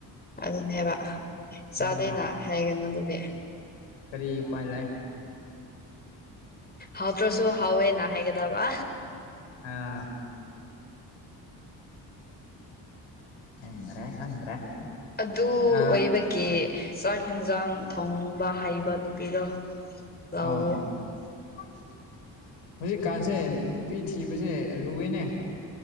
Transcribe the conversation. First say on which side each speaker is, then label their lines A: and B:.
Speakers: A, on the left; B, on the left.
A: ꯑꯗꯨꯅꯦꯕ ꯆꯥꯗꯦꯅ
B: ꯎꯝ
A: ꯍꯥꯏꯒꯅꯨ ꯑꯗꯨꯗꯤ꯫
B: ꯀꯔꯤ ꯎꯄꯥꯏ ꯂꯩ꯫
A: ꯍꯥꯎ ꯇ꯭ꯔꯁꯨ ꯍꯥꯎꯋꯦꯅꯥ ꯍꯥꯏꯒꯗꯕ꯫
B: ꯑꯥ꯫ ꯈꯪꯗ꯭ꯔꯦ ꯈꯪꯗ꯭ꯔꯦ꯫
A: ꯑꯗꯨ
B: ꯑꯥ
A: ꯑꯣꯏꯕꯒꯤ ꯆꯥꯛ ꯍꯦꯟꯁꯥꯡ ꯊꯣꯡꯕ ꯍꯩꯕ ꯅꯨꯄꯤꯗꯣ ꯂꯧꯋꯣ
B: ꯑꯥ꯫ <unintelligible> ꯍꯧꯖꯤꯛꯀꯥꯟꯁꯦ ꯅꯨꯄꯤ ꯊꯤꯕꯁꯦ ꯂꯨꯋꯦꯅꯦ꯫